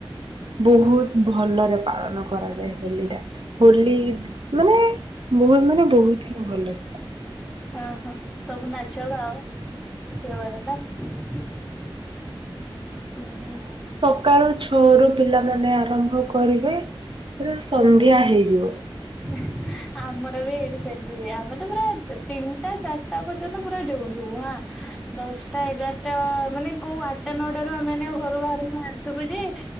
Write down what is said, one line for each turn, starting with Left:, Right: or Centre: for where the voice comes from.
Right: ବହୁତ
Centre: ହୁଁ
Right: ଭଲରେ ପାଳନ କରାଯାଏ ହୋଲି ଟା ହୋଲି ମାନେ ବହୁତ ମାନେ ବହୁତ ହିଁ ଭଲରେ
Centre: ହଁ ହଁ ସବୁ ନାଚ ଗ କେ ବର ନା ହୁଁ ହୁଁ।
Right: ସକାଳୁ ଛଅ ରୁ ପିଲାମାନେ ଆରମ୍ଭ କରିବେ ପୁରା ସନ୍ଧ୍ୟା ହେଇଯିବ।
Centre: ହ ଆମର ବି ଏଇଠି ସେମିତି ହୁଏ ଆମେ ତ ପୁରା ତିନିଟା ଚାରିଟା ପର୍ଯ୍ୟନ୍ତ ପୁରା ଡେଉଁଥିବୁ ହାଁ। ଦଶଟା ଏଗାରଟା ମାନେ କୋଉ ଆଟା ନଅଟା ରୁ ଆମେ ଘରୁ ବାହାରକୁ ବାହାରିଥିବୁ ଯେ